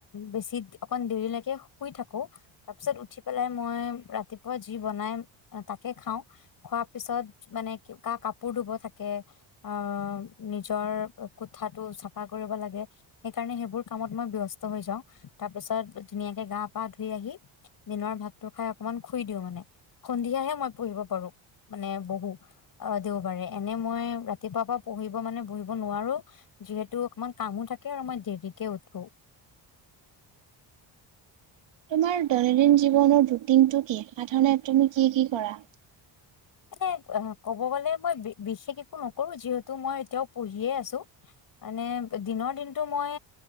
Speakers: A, on the left; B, on the right.
A: বেছি অকন দেৰিলৈকে। শুই থাকো তাৰপিছত উঠি পেলাই মই ৰাতিপুৱা যি বনাই তাকে খাওঁ। খোৱাৰ পিছত মানে ক কা কাপোৰ ধুব থাকে। আঁহ নিজৰ কোঠাটো চাফা কৰিব লাগে, সেইকাৰণে সেইবোৰ কামত মই ব্যস্ত হৈ যাওঁ। তাৰ পিছত ধুনীয়াকে গা- পা ধুই আহি দিনৰ ভাতটো খাই অকমান খুই দিওঁ মানে। সন্ধিয়াহে মই পুৰিব পাৰো মানে, বহো আঁহ দেওবাৰে। এনেই মই ৰাতিপুৱাৰ পৰা পঢ়িব মানে বহিব নোৱাৰো যিহেতু অকমান কামো থাকে আৰু মই দেৰিকে উঠো।
B: তোমাৰ দৈনন্দিন জীৱনৰ ৰুটিনটো কি সাধাৰণতে তুমি কি, কি কৰাৰ?
A: মানে, কব গলে মই বিশেষ একো নকৰো, যিহেতু মই এতিয়াও পঢ়িয়ে আছো মানে, দিনৰ দিনতটো মই